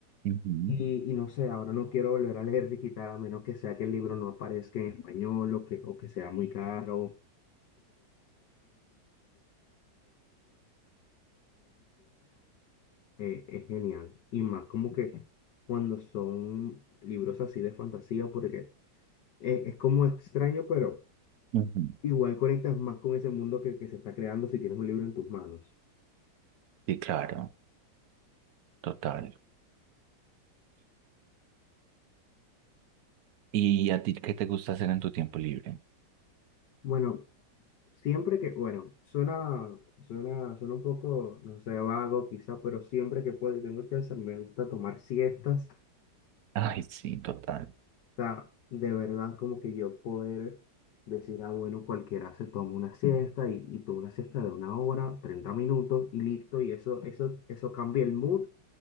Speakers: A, on the right; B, on the left.
A: Ujú,
B: Y, y no sé, ahora no quiero volver a leer digital a menos que sea que el libro no aparezca en español o que, o que sea muy caro eh, es genial. Y más como que cuando son libros así de fantasía, porque eh, es como extraño, pero
A: ujú.
B: igual conectas más con ese mundo que, que se está creando si tienes un libro en tus manos.
A: Sí, claro, total. ¿Y a ti qué te gusta hacer en tu tiempo libre?
B: Bueno, siempre que, bueno, suena, suena, suena un poco, no sé, vago quizá, pero siempre que puedo y tengo chance, me gusta tomar siestas
A: Ay, sí, total.
B: sea, de verdad como que yo poder decir, ah, bueno, cualquiera se toma una siesta y, y toma una siesta de una hora, 30 minutos y listo, y eso, eso, eso cambia el mood,